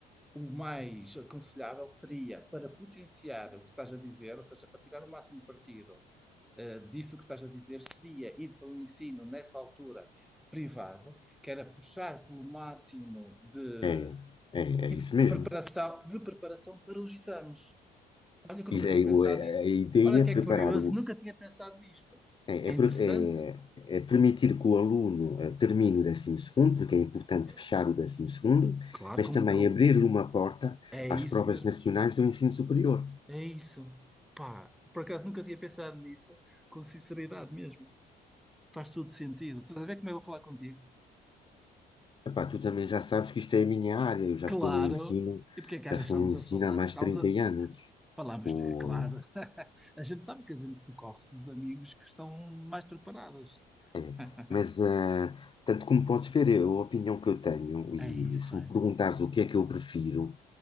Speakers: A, in the centre; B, on the left (about 30°).
A: o mais aconselhável seria para potenciar o que estás a dizer, ou seja, para tirar o máximo partido, eh, disso que estás a dizer, seria ir para um ensino nessa altura privado, que era puxar pelo máximo de,
B: É, é, é isso
A: e de
B: mesmo.
A: preparação, de preparação para os exames. Olha que eu nunca
B: E
A: tinha
B: é-
A: pensado
B: o- é-
A: nisto.
B: A ideia
A: Olha
B: é
A: que é
B: preparar
A: curioso,
B: o,
A: nunca tinha pensado nisto.
B: É,
A: É
B: é
A: interessante.
B: pro- é- é permitir que o aluno eh, termine o décimo segundo, porque é importante
A: É,
B: fechar o décimo segundo,
A: claro,
B: mas
A: com,
B: também
A: com,
B: abrir-lhe uma porta
A: é isso
B: às provas
A: mesmo.
B: nacionais do ensino superior.
A: É isso. Pá, por acaso nunca tinha pensado nisso, com sinceridade mesmo. Faz todo sentido. Estás a ver como eu vou falar contigo?
B: Epá, tu também já sabes que isto é a minha área, eu já
A: Claro!
B: estou no ensino,
A: E porque é que achas
B: já estou
A: que estamos
B: no ensino
A: a falar?
B: há mais
A: Estamos
B: de 30
A: a...
B: anos.
A: Falamos,
B: O,
A: é claro. <laughs> A gente sabe que a gente socorre-se dos amigos que estão mais preparados.
B: eh,
A: <laughs>
B: mas, eh, tanto como podes ver, eu- a opinião que eu tenho, e
A: É isso,
B: se
A: é.
B: me perguntares o que é que eu prefiro,